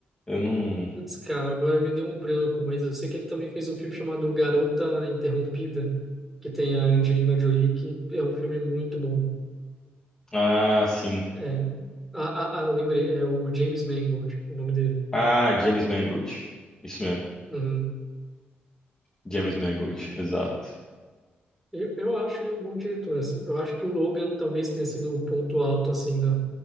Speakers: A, on the left (about 15°); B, in the centre.
A: Eu não.
B: Putz, cara, agora me deu um branco, mas eu sei que ele também fez um filme chamado Garota Interrompida, que tem a Angelina Jolie, que é um filme muito bom.
A: Ah, sim.
B: É, ah, ah, ah, lembrei, é o James Mangold, o nome dele.
A: Ah, James Mangold. Isso mesmo.
B: Uhum.
A: James Mangold, exato.
B: Eu, eu acho ele um bom diretor, assim. Eu acho que o Logan talvez tenha sido o ponto alto, assim, da,